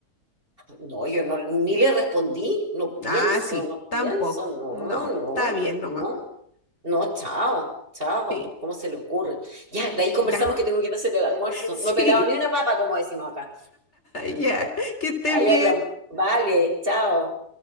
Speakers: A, on the right; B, on the left.
A: No, yo no, ni le respondí, no pienso,
B: Ah, sí,
A: no pienso,
B: tampoco.
A: no,
B: No,
A: no,
B: está bien nomás.
A: no, no, chao, chao,
B: Sí,
A: ¿cómo se le ocurre? Ya, de ahí conversamos
B: ya.
A: que tengo que ir a hacer el almuerzo.
B: <laughs> Sí,
A: No he pelado ni una papa, como decimos acá.
B: ya. Que estés
A: Ahí
B: bien.
A: hablamos. Vale, chao.